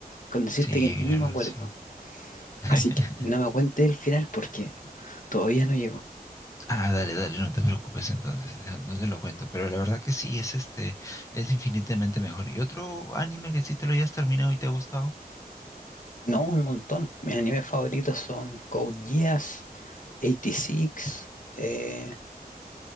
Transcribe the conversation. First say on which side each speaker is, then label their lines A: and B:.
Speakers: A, on the left; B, on the left.
A: Con decirte
B: Sí,
A: que ni
B: claro,
A: me acuerdo.
B: sí. <laughs>
A: Así que no me cuente el final porque todavía no llegó.
B: Ah, dale, dale, no te preocupes entonces, no no te lo cuento, pero la verdad que sí, es este, es infinitamente mejor. ¿Y otro anime que sí te lo hayas terminado y te ha gustado?
A: No, un montón. Mis animes favoritos son Code Geass, 86, eh,